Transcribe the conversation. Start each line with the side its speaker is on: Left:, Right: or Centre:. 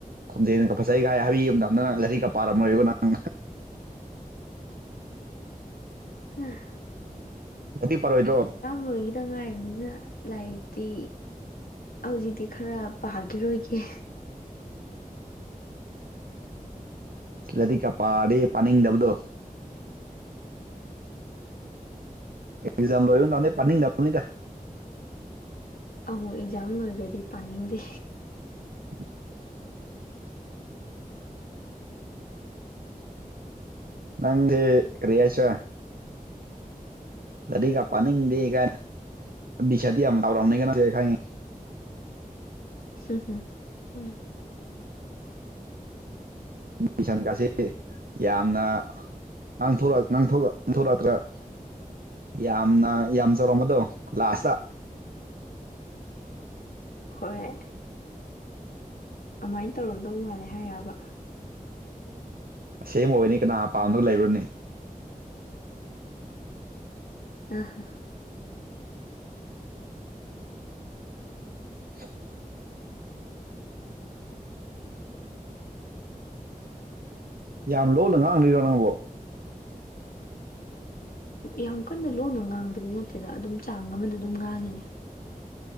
Right: ꯈꯣꯝꯖꯦꯅꯒ ꯐꯖꯩꯒꯥꯏ ꯍꯥꯏꯕꯤ ꯌꯨꯝꯝꯗꯗ ꯅꯪ ꯂꯥꯏꯔꯤꯛꯀꯥ ꯄꯥꯔꯝꯃꯣꯏꯀꫭ ꯅꯪ
Left: ꯍꯥ <unintelligible>
Right: ꯅꯪꯗꯤ ꯄꯥꯔꯣꯏꯗ꯭ꯔꯣ
Left: ꯂꯣꯏꯈꯤꯗꯥ ꯉꯥꯏꯔꯤꯕꯅꯤꯅ ꯂꯥꯏꯔꯤꯛꯇꯤ ꯍꯧꯖꯤꯛꯇꯤ ꯈꯔꯥ ꯄꯥꯈꯤꯔꯣꯏꯒꯦ꯫
Right: ꯔꯥꯏꯔꯤꯛꯀꯥ ꯄꯥꯔꯗꯤ ꯄꯅꯤꯡꯗꯕꯗꯣ ꯑꯦꯛꯖꯥ ꯂꯣꯏꯕꯥ ꯅꯨꯃꯤꯠꯇꯒꯤ ꯄꯅꯤꯡꯗ ꯕꯅꯤꯗ
Left: ꯑꯧ ꯑꯦꯛꯖꯥꯝ ꯂꯣꯏꯈ꯭ꯔꯗꯤ ꯄꯥꯅꯤꯡꯗꯦ꯫
Right: ꯎꯝ <inaudible> ꯅꯪꯗꯤ ꯀꯔꯤ ꯍꯥꯏꯁꯤꯔꯥ ꯔꯥꯏꯔꯤꯛꯀꯥ ꯄꯥꯅꯤꯡꯗ°ꯅꯥ ꯕꯤꯁꯥꯗꯤ ꯌꯥꯝ ꯇꯥꯎꯔꯝꯅꯤ ꯀꯩꯅꯣ
Left: ꯍꯨꯝ ꯍꯨꯝ ꯎꯝꯝ
Right: ꯃꯤꯁꯟꯒꯁꯤ ꯌꯥꯝꯅ ꯅꯂꯛ ꯅ ꯅ ꯊꯣꯛꯂꯛꯛꯇ꯭ꯔꯥ <inaudible> ꯌꯥꯝꯅ ꯌꯥꯝ ꯆꯥꯎꯔꯝꯕꯗꯣ ꯂꯥꯁꯇꯥ꯫
Left: ꯍꯣꯏ ꯑꯗꯨꯃꯥꯏꯅ ꯇꯧꯔꯝꯗꯧ ꯃꯥꯜꯂꯦ ꯍꯥꯏꯔꯤꯔꯕꯥ
Right: ꯑꯁꯦꯡꯕꯥ ꯑꯣꯏꯅꯤ ꯀꯅꯥ ꯄꯥꯝꯗꯕ ꯂꯩꯕꯔꯅꯦ
Left: ꯑꯥꯍꯥ
Right: <unintelligible> ꯌꯥꯝ ꯂꯣꯅ ꯉꯥꯡꯂꯤꯔꯣ ꯅꯪꯕꯣ
Left: ꯌꯥꯝ ꯀꯟꯅ ꯂꯣꯟꯅ ꯉꯥꯡꯕꯗꯤ ꯅꯠꯇꯦꯗꯥ ꯑꯗꯨꯝ ꯆꯥꯡ ꯑꯃꯗ ꯑꯗꯨꯝ ꯉꯥꯡꯉꯤꯅꯦ꯫